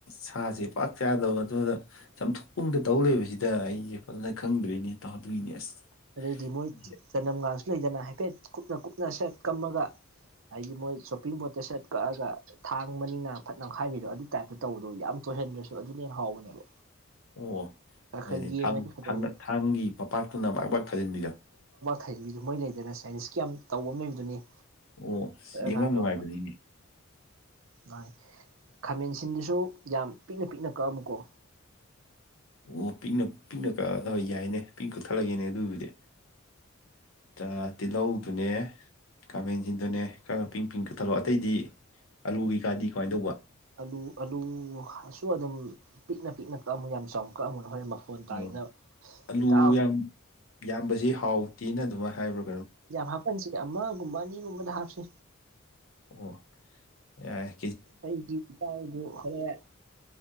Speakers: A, on the left; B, on the right.
A: ꯁꯥꯁꯦ ꯄꯥꯛ ꯆꯥꯗꯕ ꯑꯗꯨꯗ ꯆꯝꯊꯣꯛꯗ ꯇꯧ ꯂꯩꯕꯁꯤꯗ ꯑꯩꯁꯦ ꯐꯖꯅ ꯈꯪꯗ꯭ꯔꯦꯅꯦ ꯏꯇꯥꯎꯗꯨꯢꯅꯦ ꯑꯁ
B: ꯑꯗꯩꯗꯤ ꯃꯣꯏ
A: ꯑꯩꯁꯦ-
B: ꯆꯅꯝꯒꯁꯨ ꯂꯩꯗꯅ ꯍꯥꯏꯐꯦꯠ ꯀꯨꯞꯅ ꯀꯨꯞꯅ ꯁꯦꯠ ꯀꯝꯃꯒ ꯍꯥꯏꯗꯤ ꯃꯣꯏ ꯆꯣꯞꯄꯤꯡ ꯕꯣꯠꯇ ꯁꯔꯠ ꯀꯛꯑꯒ ꯊꯥꯡ ꯃꯅꯤꯡꯅ ꯐꯠꯅꯈꯥꯏꯕꯤꯗꯣ ꯑꯗꯨꯒꯤ ꯇꯥꯏꯞꯇ ꯇꯧꯕꯗꯣ ꯌꯥꯝ ꯆꯣꯏꯍꯟꯗ꯭ꯔꯁꯨ ꯑꯗꯨꯅ ꯍꯟꯅ ꯍꯥꯎꯕꯅꯦꯕ
A: ꯑꯣ
B: ꯈꯔ ꯈꯔ
A: ꯑꯗꯨꯗꯤ
B: ꯌꯦꯡꯉꯗꯤ ꯐꯗꯧꯕ
A: ꯊꯥꯡꯒꯤ ꯃꯄꯥꯛꯇꯨꯅ ꯕꯥꯥꯛ ꯕꯥꯛ ꯊꯥꯖꯤꯟꯕꯤꯗꯣ
B: ꯊꯩ ꯏꯟꯕꯤꯗꯨ ꯃꯣꯏ ꯂꯩꯗꯅ ꯆꯥꯏꯁꯀꯤ ꯌꯥꯝ ꯇꯧꯕ ꯑꯃ ꯂꯩꯕꯗꯨꯅꯤ
A: ꯑꯣ
B: ꯈꯔ
A: ꯌꯦꯡꯕ
B: ꯈꯔ
A: ꯅꯨꯡꯉꯥꯏꯕꯅꯤꯅꯦ
B: ꯇꯧꯔꯒ ꯃꯥꯅꯤ ꯈꯥꯃꯦꯟꯁꯤꯟꯗꯨꯁꯨ ꯌꯥꯝ ꯄꯤꯛꯅ ꯄꯤꯛꯅ ꯀꯛꯑꯝꯃꯨꯀꯣ
A: ꯑꯣ ꯄꯤꯛꯅ ꯄꯤꯛꯅ ꯀꯛꯑꯒ ꯌꯥꯏꯅꯦ ꯄꯤꯡ ꯀꯛꯊꯠꯂꯒꯦꯅꯦ ꯑꯗꯨꯕꯨꯗꯤ ꯇꯥ ꯇꯤꯜꯍꯧꯗꯨꯅꯦ ꯈꯥꯃꯦꯟꯁꯤꯡꯗꯨꯅꯦ ꯈꯔꯒ ꯄꯤꯡ ꯄꯤꯡ ꯀꯛ ꯊꯜꯂꯛꯑꯣ ꯑꯇꯩꯗꯤ ꯑꯥꯂꯨ ꯀꯩꯀꯥꯗꯤ ꯀꯃꯥꯏꯅ ꯇꯧꯕ
B: ꯑꯂꯨ ꯑꯂꯨꯁꯨ ꯑꯗꯨꯝ ꯄꯤꯛꯅ ꯄꯤꯛꯅ ꯀꯛꯑꯃꯨ ꯌꯥꯝ ꯆꯥꯎ ꯀꯛꯑꯝꯒꯅꯣ ꯍꯣꯔꯦꯟ ꯃꯐꯣꯟ ꯇꯥꯈꯤꯅꯕ
A: ꯑꯣ ꯑꯂꯨ
B: ꯏꯇꯥꯎ
A: ꯌꯥꯝ ꯌꯥꯝꯕꯁꯤ ꯍꯥꯎꯇꯦꯅ ꯑꯗꯨꯃꯥꯏꯅ ꯍꯥꯏꯕ꯭ꯔꯣ
B: ꯌꯥꯝ ꯍꯥꯞꯄꯟꯁꯤ ꯑꯃꯒꯨꯝꯕ ꯑꯅꯤꯒꯨꯝꯕꯗ ꯍꯥꯞꯁꯤ
A: ꯑꯣ ꯌꯥꯏ
B: ꯑꯩꯒꯤ ꯏꯇꯥꯎꯗꯨ ꯍꯔꯦꯟ